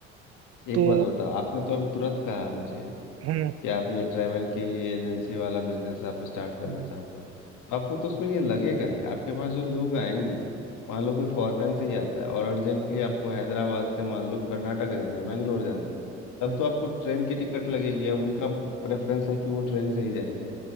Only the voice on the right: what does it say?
तो
हम्म
हम्म,
हम्म,